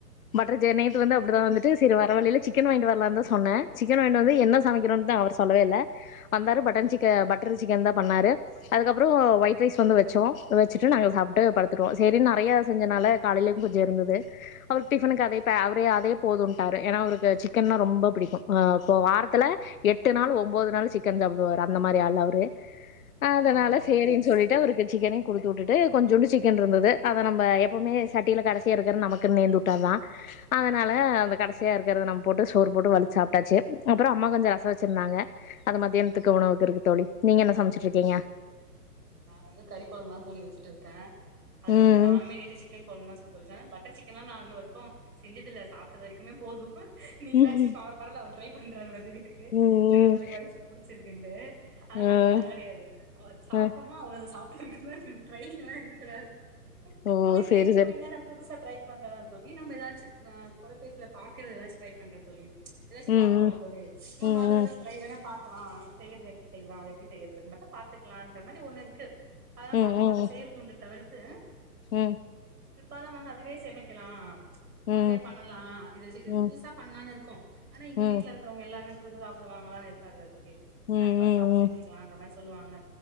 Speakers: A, on the left; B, on the right.
A: பட்டர் ஜெ நேத்து வந்து அப்டிதா வந்துட்டு செரி வர வழில சிக்கன் வாங்கிட்டு வரலான்தா சொன்னே சிக்கன் வாயங்கிடு வந்து என்ன சமைக்குறோன்டுதா அவர் சொல்லவே இல்ல வந்தாரு பட்டன் சிக்க பட்டர் சிக்கன் தா பண்ணாரு அதுக்கப்றோ ஒயிட் ரைஸ் வந்து வெச்சோ வெச்சிட்டு நாங்க சாப்ட்டு படுத்துடுவோ சேரின் நறையா செஞ்சனால காலைலயுங் கொஞ்ச இருந்துது அவரு டிஃபனுக்கு அதே அவரே அதே போதுன்ட்டாரு ஏனா அவுருக்கு சிக்கன்னா ரொம்ப பிடிக்கும் அ இப்போ வாரத்துல எட்டு நாள் ஒம்போது நாள் சிக்கன் சாப்புடுவாரு அந்த மாரி ஆள் அவரு அதனால
B: ஆ அப்டிதா
A: சேரின் சொல்லிட்டு அவுருக்கு சிக்கனே குடுத்து உட்டுட்டு கொஞ்சோண்டு சிக்கன்ருந்தது அத நம்ப எப்புமே சட்டில கடைசியா இருக்கிறது நமக்கு நேந்து உட்டாத்தா அதனால அந்த கடைசியா இருக்கறத நம்ம போட்டு சோறு போட்டு வலிச் சாப்டாச்சி அப்புறோ அம்மா கொஞ்ச ரச வச்சிருந்தாங்க அத மத்தியானத்துக்கு உணவுக்கு இருக்கு தோழி நீங்க என்ன சமச்சிட்ருக்கீங்க
B: நா வந்து கறி கொழம்புதா தோழி வச்சிட்டிருக்க அது
A: ம்
B: வந்து நானுமே நேத்து சிக்கன் கொழம்பு தா சொல் தோழி <unintelligible> பட்டர் சிக்கன்ல்லா நா இன்னு வரைக்கு செஞ்சதில்ல சாப்ட்ட வரைக்குமே போது நீங்களாச்சி
A: ம்
B: ப பரவால்ல ட்ரை பண்றாத நந்தினி கு
A: ம்
B: சரி நம்மளுக்கு வைஃப்க்கு புடிச்சிருக்குன்டு ஆனா
A: ம்
B: நா அதெல்லா கெடயாது அஹ் சாப்
A: ம்
B: அவ்ளோதா சாப்ட்ட வரைக்குந்தா <unintelligible> ட்ரையிங்கல்லா எனக்கு கெடையாது
A: ஓ
B: ஆனா
A: சேரி
B: எ இப்ப
A: சேரி
B: என்னன்ன புதுசா ட்ரை பண்ற தோழி நம்ப யேதாச்சி அஹ் தொலைபேசில பாக்கற எதாச்சி ட்ரை பண்ற தோழி யேதாச்சும்
A: ம்
B: பாக்றோல்ல தோழி நம்ம
A: ம் ம்
B: அத வேணா ட்ரை வேணா பாக் கலா இது செய்றது எப்டி செய்லா அது எப்டி செய்றதுனு மட்டும் பாத்துக்கலான் அது மாரி ஒண்ணு இருக்கு அதெல்லா
A: ம்
B: பாத்து பாத்து
A: ம்
B: செய்யறதுவுண்டு தவர து
A: ம்
B: பிற்பாலம் வந்து அதுவே செமைக்கலா
A: ம்
B: அதுவே பண்ணலா இது வச்சி இது
A: ம் ம்
B: புதுசா பண்லான்னு இருக்கோ ஆனா இங்க
A: ம்
B: வீட்லருக்குறவங்க எல்லாருமே புதுசா சாப்புடுவாங்களான்னு இருக்காதுல்ல தோழி இன்னருக்கோ
A: ம் ம்
B: அத சாப்ட்டு செஞ்சக்லான்ற மாரி சொல்வாங்க